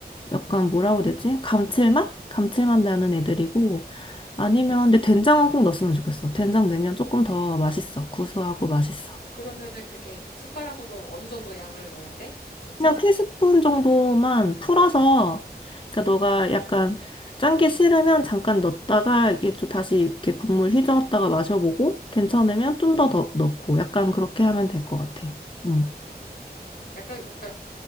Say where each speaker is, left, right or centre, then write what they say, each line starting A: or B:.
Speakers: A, on the left; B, on the left.
A: 약간 뭐라고 해야 되지? 감칠맛? 감칠맛 나는 애들이고, 아니면, 근데 된장은 꼭 넣었으면 좋겠어. 된장 넣으면 조금 더 맛있어. 구수하고 맛있어.
B: 그러면은 그게 숟가락으로 어느 정도 양을 넣어야 돼? 된장?
A: 그냥 티스푼 정도만 풀어서, 그러니까 너가 약간 짠 게 싫으면 잠깐 넣었다가 이게 또 다시 이렇게 국물 휘저었다가 마셔보고, 괜찮으면 좀 더 더 넣고, 약간 그렇게 하면 될 것 같아. 응.
B: 음, 약간 그러니까